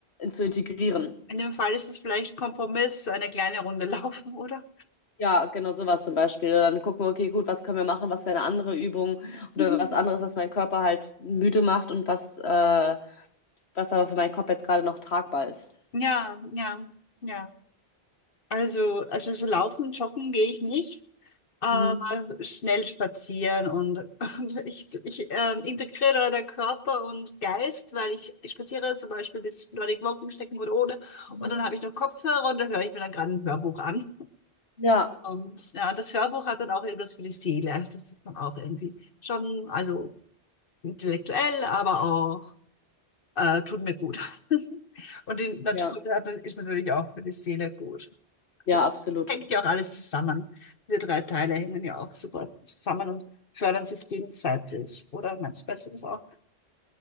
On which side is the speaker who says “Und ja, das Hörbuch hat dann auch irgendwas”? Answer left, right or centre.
Left